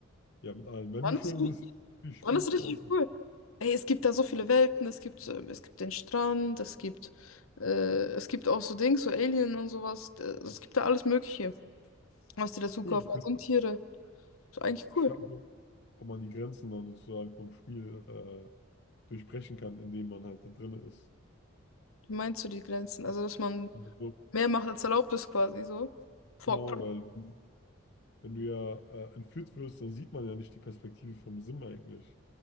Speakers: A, on the left (about 55°); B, on the left (about 80°).
A: ja, mit allen. Wenn
B: dann
A: du schon
B: ist richtig.
A: ein Spiel spielst
B: Dann ist richtig
A: bei uns,
B: cool. Ey, es gibt da so viele Welten, es gibt, ähm, es gibt den Strand, es gibt, äh, es gibt auch so Dings, so Alien und sowas. Äh, Es gibt da alles Mögliche, was die dazu
A: cool.
B: kaufen. Und Tiere. Ist eigentlich
A: Ich
B: cool.
A: frage mich, ob man die Grenzen dann sozusagen vom Spiel äh, durchbrechen kann, indem man halt da drin ist.
B: Wie meinst du die Grenzen? Also, dass man
A: Also, so,
B: mehr macht, als erlaubt ist quasi so. Vor
A: genau, weil wenn, wenn du ja äh, entführt wirst, dann sieht man ja nicht die Perspektive vom Sim eigentlich,